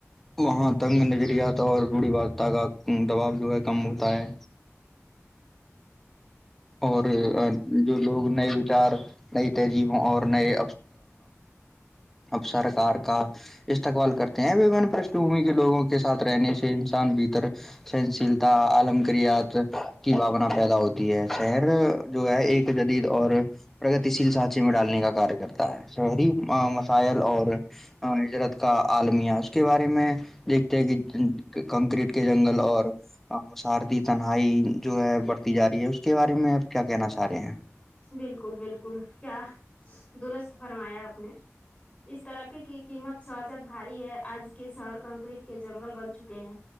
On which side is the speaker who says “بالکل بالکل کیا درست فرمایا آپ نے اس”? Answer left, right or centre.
Left